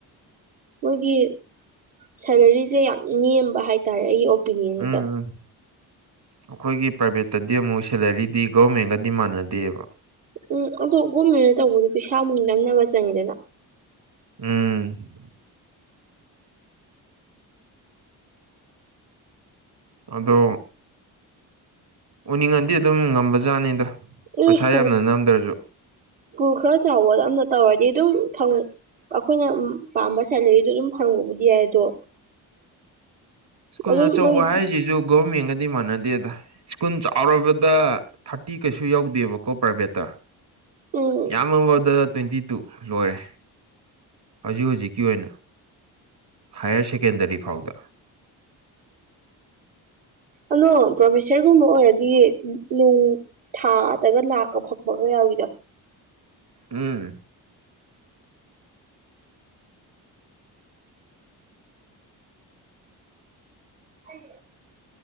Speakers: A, on the right; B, on the right.
A: ꯃꯣꯏꯒꯤ ꯁꯦꯂꯔꯤꯁꯦ ꯌꯥꯝ ꯅꯦꯝꯕ ꯍꯥꯏꯇꯥꯔꯦ ꯑꯩꯒꯤ ꯑꯣꯄꯤꯅꯤꯌꯟꯗ
B: ꯎꯝ ꯎꯝ ꯑꯩꯈꯣꯏꯒꯤ ꯄ꯭ꯔꯥꯏꯚꯦꯠꯇꯗꯤ ꯑꯃꯨꯛ ꯁꯦꯂꯔꯤꯗꯤ ꯒꯣꯔꯃꯦꯟꯒꯗꯤ ꯃꯥꯟꯅꯗꯦꯕ
A: ꯎꯝ ꯑꯗꯣ ꯒꯣꯔꯃꯦꯟꯅ ꯇꯧꯕꯗꯨ ꯄꯩꯁꯥ ꯃꯨꯛ ꯅꯝꯅꯕ ꯆꯪꯉꯤꯗꯅ
B: ꯎꯝ ꯑꯗꯣ ꯎꯅꯤꯡꯉꯗꯤ ꯑꯗꯨꯝ ꯉꯝꯕꯖꯥꯠꯅꯤꯗ
A: ꯎꯝꯀꯨꯜ
B: ꯄꯩꯁꯥ ꯌꯥꯝꯅ ꯅꯝꯗ꯭ꯔꯁꯨ
A: ꯁ꯭ꯀꯨꯜ ꯈꯔ ꯆꯥꯎꯕ ꯑꯝꯅ ꯇꯧꯔꯗꯤ ꯑꯗꯨꯝ ꯐꯪ ꯑꯩꯈꯣꯏꯅ ꯄꯥꯝꯕ ꯁꯦꯂꯔꯤꯗꯣ ꯑꯗꯨꯝ ꯐꯪꯕꯕꯨꯗꯤ ꯌꯥꯏ ꯑꯗꯣ
B: ꯁ꯭ꯀꯨꯜ
A: ꯑꯗꯨꯝ
B: ꯑꯆꯧꯕ
A: ꯃꯣꯏ
B: ꯍꯥꯏꯔꯤꯁꯤꯁꯨ ꯒꯣꯔꯃꯦꯟꯒꯗꯤ ꯃꯥꯟꯅꯗꯦꯗ ꯁ꯭ꯀꯨꯜ ꯆꯥꯎꯔꯕꯗ ꯊꯥꯔꯇꯤ ꯀꯩꯁꯨ ꯌꯧꯗꯦꯕꯀꯣ ꯄ꯭ꯔꯥꯏꯚꯦꯠꯇ
A: ꯎꯝ
B: ꯌꯥꯝꯃꯕꯗ ꯇ꯭ꯋꯦꯟꯇꯤ ꯇꯨ ꯂꯣꯏꯔꯦ ꯍꯧꯖꯤꯛ ꯍꯧꯖꯤꯛꯀꯤ ꯑꯣꯏꯅ ꯍꯥꯌꯌꯔ ꯁꯦꯀꯦꯟꯗꯔꯤ ꯐꯥꯎꯗ
A: ꯑꯗꯣ ꯄ꯭ꯔꯣꯐꯦꯁꯔꯒꯨꯝꯕ ꯑꯣꯏꯔꯗꯤ ꯅꯣꯡ ꯊꯥꯗꯒ ꯂꯥꯛꯀ ꯐꯛꯄꯒ ꯌꯥꯎꯋꯤꯗ
B: ꯎꯝ
A: ꯍꯥꯏ